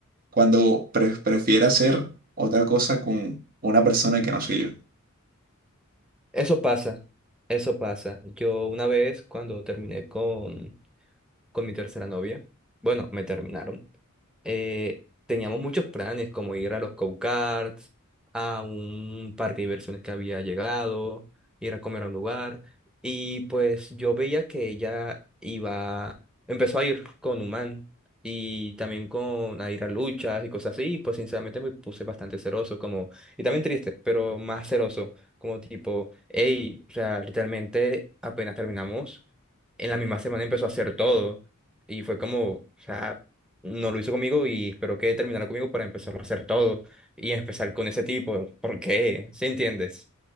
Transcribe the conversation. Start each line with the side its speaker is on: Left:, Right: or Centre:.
Right: cuando pre- prefiero hacer otra cosa con una persona que no soy yo.
Centre: Eso pasa, eso pasa. Yo una vez cuando terminé con, con mi tercera novia, bueno, me terminaron. eh, teníamos muchos planes, como ir a los go-karts, a un parque de diversiones que había llegado, ir a comer a un lugar. Y pues yo veía que ella iba, empezó a ir con Human y también con a ir a luchas y cosas así. Y pues sinceramente me puse bastante celoso, como, y también triste, pero más celoso, como tipo, hey, o sea, literalmente apenas terminamos, en la misma semana empezó a hacer todo. Y fue como, o sea, no lo hizo conmigo y espero que terminara conmigo para empezarlo a hacer todo y empezar con ese tipo. ¿Por qué? ¿Sí entiendes?